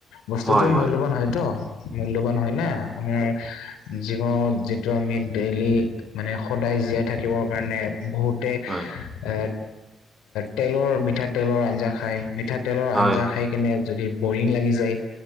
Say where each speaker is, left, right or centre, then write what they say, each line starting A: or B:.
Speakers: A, on the left (about 90°); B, on the right (about 20°).
A: বস্তুতো
B: হয়, হয়,
A: মূল্যবান হয়তো মূল্যবান হয় না আমাৰ জীৱনত যিটো আমি ডেইলি মানে সদায় জীয়াই থাকিবৰ কাৰণে বহুতে
B: হয়,
A: এ তেলৰ মিঠাতেলৰ আঞ্জা খাই মিঠাতেলৰ
B: হয়,
A: আঞ্জা খাই কেনে যদি বৰিং লাগি যায়